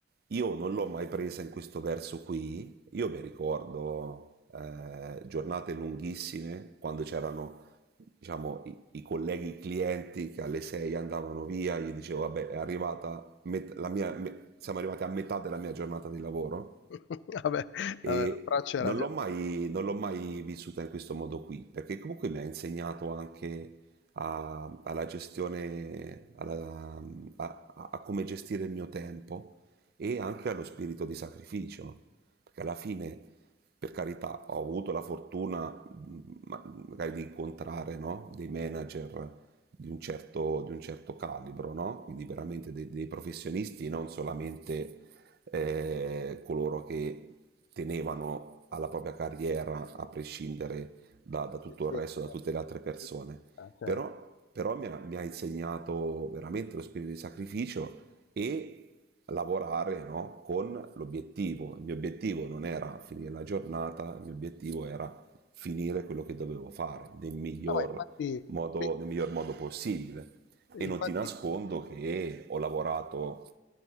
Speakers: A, on the right (about 55°); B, on the left (about 70°).
A: io non l'ho mai presa in questo verso qui. Io mi ricordo eh, giornate lunghissime quando c'erano, diciamo, i, i colleghi i clienti che alle 6 andavano via, gli dicevo, vabbè, è arrivata met- la mia, me- siamo arrivati a metà della mia giornata di lavoro
B: <laughs> Vabbè,
A: e
B: vabbè, l'approccio
A: non
B: era già
A: l'ho mai,
B: buono.
A: non l'ho mai vissuta in questo modo qui, perché comunque mi ha insegnato anche a- alla gestione, alla- a, a- a come gestire il mio tempo e anche allo spirito di sacrificio, perché alla fine, per carità, ho avuto la fortuna mh, ma- magari di incontrare, no, dei manager di un certo, di un certo calibro, no? Quindi veramente dei, dei professionisti, non solamente eh, coloro che tenevano alla propria carriera a prescindere da, da tutto
B: Sì, sì, certo,
A: il resto, da tutte le altre persone.
B: aiuta, certo.
A: Però, però mi, ha, mi ha insegnato veramente lo spirito di sacrificio e lavorare no, con l'obiettivo. Il mio obiettivo non era finire la giornata, il mio obiettivo era finire quello che dovevo fare nel miglior
B: No, ma infatti,
A: modo,
B: sì,
A: nel miglior modo possibile. E
B: infatti
A: non ti nascondo che ho lavorato